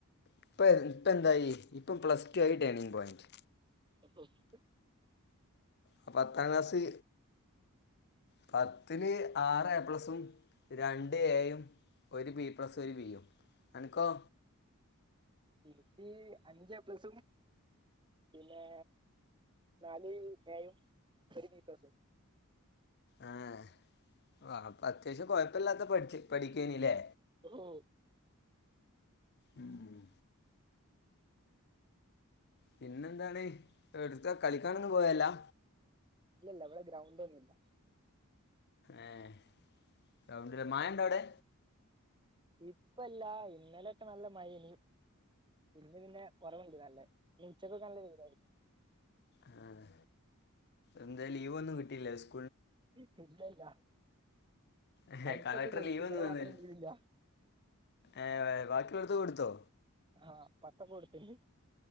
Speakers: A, on the left; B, on the right.
A: ഇപ്പ ഇപ്പ എന്തായി ഇപ്പം പ്ലസ് ടു ആയി ടേണിങ് പോയിന്റ്.
B: പ്പ പ്ലസ് റ്റു
A: അ പത്താം ക്ലാസ് പ ത്തില് ആറ് എ പ്ലസും രണ്ട് എയും ഒരു ബി പ്ലസും ഒരു ബീ യും. അൻക്കോ?
B: ഇനിക്ക് അഞ്ച് എ പ്ലസും, പിന്നെ നാല് എയും, ഒരു ബിപ്ലസും
A: ആഹ് ആഹ് അപ്പൊ അത്യാവശ്യം കൊയപ് പ്പല്ലാത്ത പഠിച് പഠിക്കേനില്ലേ
B: ഓഹോ
A: ഉം പിന്നെന്താണ് എട്ത്ത കളിക്കാനൊന്നും പോവല്ലാ
B: ഇല്ലല്ല ഇവടെ ഗ്രൗണ്ടൊന്നുല്ല
A: ഏഹ് ഗ്രൗണ്ടില്ല മഴണ്ടവ്ടെ?
B: ഇപ്പല്ല ഇന്നലക്കെ നല്ല മഴേനി. ഇന്ന് പിന്നെ കൊറവ്ണ്ട് നല്ലെ ഇന്നുച്ചകൊക്കെ നല്ല വെയിലായിനി
A: ആഹ് എന്തേ ലീവൊന്നും കിട്ടില്ലെ സ്
B: <unintelligible> ല്ല
A: ഏഹ്
B: അടുത്തൊക്കെ
A: കളക്ടർ
B: കൊട്ത്ത്
A: ലീവ്
B: ഇവടെ
A: ഒന്നും
B: മാത്രം
A: തന്നില്ല
B: <unintelligible>
A: ഏഹ് ബാക്കിള്ളോട്ത്ത് കൊടുത്തോ
B: ആഹ് പത്തം കൊട്ത്ത്ണ്